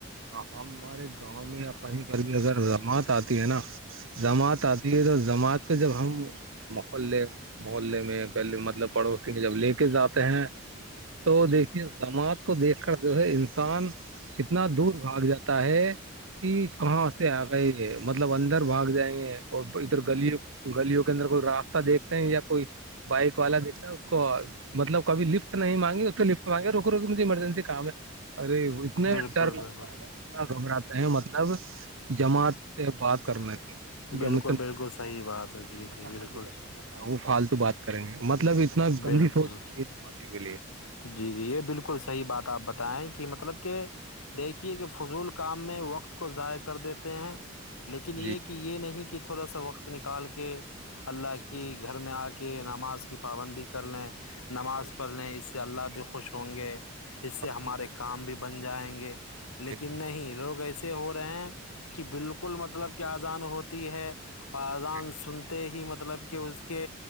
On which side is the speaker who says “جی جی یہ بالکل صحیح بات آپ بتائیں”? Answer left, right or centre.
Left